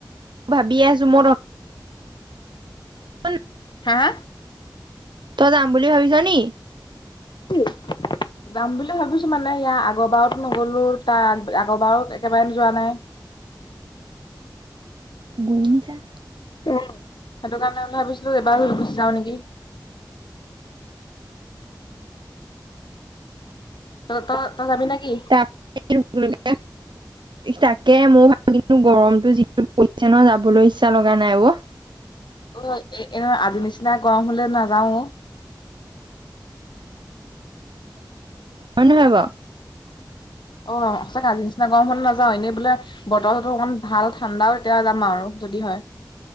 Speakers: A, on the right; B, on the left.
A: ভাবি আছোঁ ম হয়
B: হা - হা
A: তই যাম বুলি ভাবিছ নি।
B: উম, যাম বুলি ভাবিছো মানে ইয়াৰ আগৰ বাৰতো নগলো তাৰ আগৰবাৰ একেবাৰে যোৱা নাই। <inaudible>
A: গুৰি নিছা।
B: উম, সেইটো কাৰণে ভাবিছিলো এবাৰ গুচি যাও নেকি। তই তই তই যাবি নেকি?
A: প <unintelligible> তাকে মোৰ ভাব কিন্ত গৰমতটো যিটো পৰিছে ন যাবলৈ ইচ্ছা লগা নাই অ,
B: অ, এ আগৰ নিচিনা গৰম হলে নাযাও।
A: ন হে <inaudible>
B: অ সঁচাকে আজি নিচিনা গৰম হ নাযাও এনেই বোলে বতৰ চতো অকমান ভাল ঠাণ্ডাও এতিয়া যাম আৰু যদি হয়।